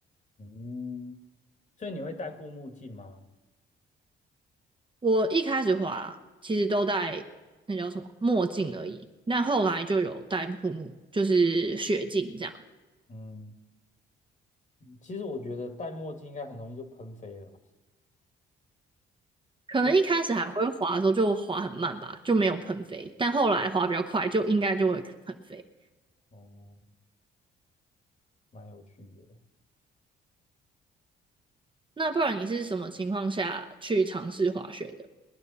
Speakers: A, on the left; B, on the right.
A: 嗯，所以你会戴护目镜吗？
B: 我一开始滑其实都戴那叫什么墨镜而已，但后来就有戴护目，就是雪镜这样。
A: 嗯，其实我觉得戴墨镜应该很容易就喷飞了。
B: 可能一开始还会滑的时候就滑很慢吧，
A: 就
B: 就没有喷飞，但后来滑比较快，就应该就会喷飞。
A: 哦，蛮有趣的。
B: 那不然你是什么情况下去尝试滑雪的？